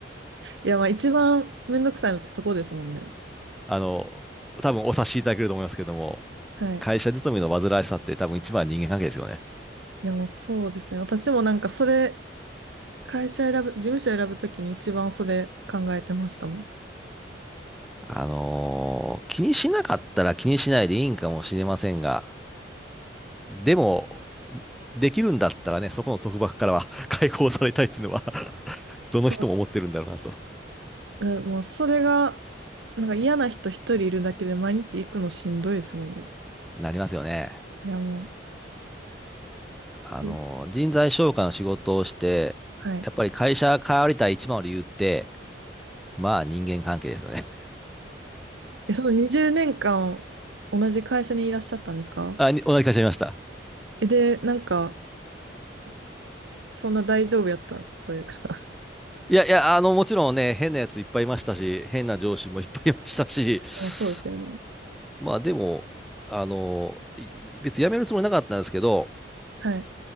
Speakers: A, on the right (about 80°); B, in the centre.
A: いや、まあ一番めんどくさいのってそこですもんね。
B: あの、多分お察しいただけると思いますけども、
A: はい。
B: 会社勤めの煩わしさって多分一番は人間関係ですよね。
A: いや、もうそうですね。私もなんかそれ、会社選ぶ、事務所選ぶときに一番それ考えてましたもん。
B: あのー気にしなかったら気にしないでいいんかもしれませんが、でも、できるんだったらね、そこの束縛からは <laughs> 解放されたいっていうのは <laughs>
A: そう。
B: どの人も思ってるんだろうなと。
A: えもうそれが、なんか嫌な人一人いるだけで毎日行くのしんどいですもんね。
B: なりますよね。
A: いや、も
B: あのー人材紹介の仕事をして、
A: う、いはい。
B: やっぱり会社変わりたい一番の理由って、まあ人間関係ですよね。
A: え、その20年間同じ会社にいらっしゃったんですか
B: <laughs> あ、に同じ会社いました。
A: え、で、なんか、そそんな大丈夫やったというか。
B: いやいや、あの、もちろんね、変なやついっぱいいましたし、変な上司もいっぱいいましたし、
A: <laughs> まあ、
B: <laughs>
A: そうですよね。
B: まあでも、あの、い別に辞めるつもりなかったんですけど、
A: はい。